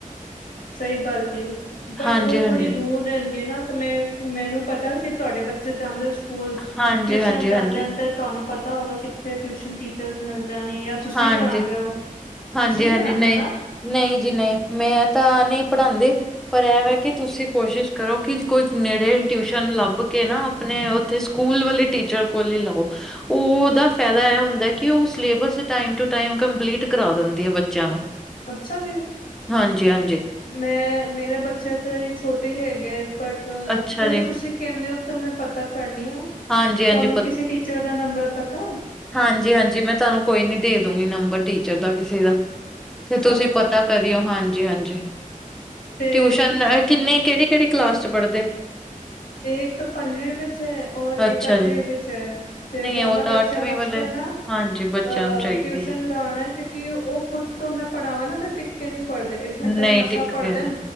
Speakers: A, on the left; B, in the centre.
A: ਸਈ ਗੱਲ ਕਈ, ਤੇ ਬਟ
B: ਹਾਂਜੀ-ਹਾਂਜੀ।
A: ਓ ਥੋੜੀ ਦੂਰ ਰੈਂਦੀ ਨਾ ਤੇ ਮੈਂ ਮੈਨੂੰ ਪਤਾ ਸੀ ਤੁਆਡੇ ਬੱਚੇ ਜਾਂਦੇ ਸਕੂਲ ਟਿਊਸ਼ਨ
B: ਹਾਂਜੀ-ਹਾਂਜੀ,
A: ਜਾਂਦੇ
B: ਹਾਂਜੀ, ਹਾਂਜੀ।
A: ਹਨ ਤੇ ਤੁਹਾਨੂੰ ਪਤਾ ਹੋਗਾ ਕਿੱਥੇ ਟਿਊਸ਼ਨ ਟੀਚਰਜ਼ ਮਿਲ ਜਾਨੀ ਜਾ ਤੁਸੀਂ
B: ਹਾਂਜੀ
A: ਵੀ ਪੜਾਂਦੇ
B: ਹਾਂਜੀ
A: ਓ, ਤੁਸੀਂ
B: ਹਾਂਜੀ-ਹਾਂਜੀ
A: ਵੀ ਪੜਾਂਦੇ
B: ਨਈ,
A: ਓ ਨਾ।
B: ਨਈ ਜੀ ਨਈ ਮੈਂ ਤਾਂ ਨਈ ਪੜਾਂਦੀ। ਪਰ ਐਵੇਂ ਕਿ ਤੁਸੀਂ ਕੋਸ਼ਿਸ਼ ਕਰੋ ਕਿ ਕੋਈ ਨੇੜੇ ਟਿਊਸ਼ਨ ਲੱਭ ਕੇ ਨਾ ਆਪਨੇ ਓਥੇ ਸਕੂਲ ਵਾਲੇ ਟੀਚਰ ਕੋਲ ਈ ਲਾਓ। ਉਹਦਾ ਫਾਇਦਾ ਇਹ ਹੁੰਦਾ ਕਿ ਉਹ syllabus time to time complete ਕਰਾ ਦਿੰਦੀਏ ਬੱਚਿਆਂ ਨੂੰ
A: ਅੱਛਾ ਜੀ
B: ਹਾਂਜੀ-ਹਾਂਜੀ,
A: ਮੈਂ ਮੇਰੇ ਬੱਚੇ ਤਾਂ ਹੀ ਛੋਟੇ ਹੈਗੇ ਬਟ
B: ਅੱਛਾ
A: ਚਲੋ
B: ਜੀ,
A: ਤੁਸੀਂ ਕਹਿੰਦੇ ਹੋ ਤਾਂ ਮੈਂ ਪਤਾ ਕਰਨੀ ਆ
B: ਹਾਂਜੀ-ਹਾਂਜੀ
A: ਤੁਹਾਨੂੰ ਕਿਸੇ ਟੀਚਰ ਦਾ ਨੰਬਰ ਪਤਾ
B: ਹਾਂਜੀ ਹਾਂਜੀ ਮੈਂ ਤੁਹਾਨੂੰ ਕੋਈ ਨੀ ਦੇ ਦੂਗੀ ਨੰਬਰ ਟੀਚਰ ਦਾ ਕਿਸੇ ਦਾ ਤੇ
A: ਚਲੋ
B: ਤੁਸੀਂ
A: ਵਧੀਆ
B: ਪਤਾ ਕਰੀਓ ਹਾਂਜੀ ਹਾਂਜੀ
A: ਤੇ
B: ਟਿਊਸ਼ਨ
A: ਤੁਸ
B: ਕਿੰਨਨੀ ਕਿਹੜੀ ਕਿਹੜੀ ਕਲਾਸ ਚ ਪੜ੍ਹਦੇ
A: ਇਹ ਇੱਕ ਤੋਂ ਪੰਜਵੀਂ ਵਿੱਚ ਹੈ ਔਰ
B: ਅੱਛਾ
A: ਇੱਕ ਅੱਠਵੀਂ
B: ਜੀ।
A: ਵਿੱਚ ਹੈ ਤੇ
B: ਨਹੀਂ
A: ਦੋਨਾਂ
B: ਉਹ
A: ਬੱਚਿਆਂ
B: ਤਾਂ ਅੱਠਵੀਂ
A: ਵਾਸਤੇ
B: ਵਾਲੇ
A: ਨਾ
B: ਹਾਂਜੀ ਬੱਚਿਆਂ
A: ਅਹ
B: ਨੂੰ ਚਾਹੀਦੀ
A: ਟਿਊਸ਼ਨ
B: ਹੈ
A: ਲਾਉਣਾ ਕਿਉਂਕਿ ਉਹ ਖੁਦ ਤੋਂ ਮੈਂ ਪੜ੍ਹਵਾਂ ਨਾ ਤੇ ਟਿਕ ਕੇ ਨਹੀਂ ਪੜਦੇ ਇੱਕ ਘੰਟਾ
B: ਨਹੀਂ
A: ਹੀ ਮਸਾ
B: ਟਿੱਕ
A: ਪੜਦੇ
B: ਗਏ ਨੇ